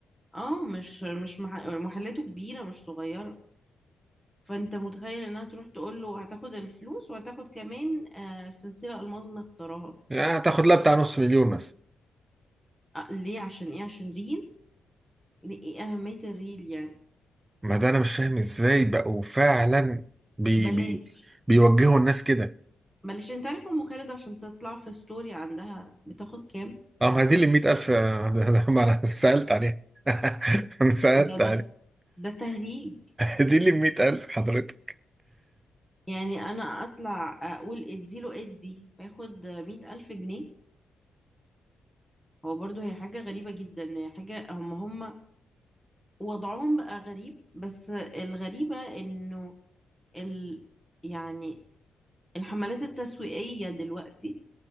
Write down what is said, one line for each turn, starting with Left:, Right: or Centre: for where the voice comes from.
Centre: اه مش مش مح- محلاته كبيرة مش صغيرة فأنت متخيل إنها تروح تقول له هتاخد الفلوس وهتاخد كمان آه، سلسلة ألماظ مختارها
Right: يعني هتاخد لها بتاع نص مليون مثلا
Centre: آه، ليه عشان إيه عشان ريل لإيه أهمية الريل يعني
Right: ما ده أنا مش فاهم إزاي بقوا فعلا بي
Centre: بلاش
Right: بي بيوجهوا الناس كده
Centre: معلش انت عارف ام خالد عشان تطلع في ستوري عندها بتاخد كام
Right: اه ما دي اللي 100000 آه، ده- ده ما أنا <laughs> سألت عليها <laughs> أنا سألت
Centre: ده ده
Right: عليها
Centre: ده تهريج
Right: دي اللي 100000 حضرتك
Centre: يعني انا اطلع اقول اديله ادي فياخد مئة الف جنيه هو برضه هي حاجة غريبة جدا هي حاجة هم هم وضعهم بقى غريب بس الغريبة انه ال يعني الحملات التسويقية دلوقتي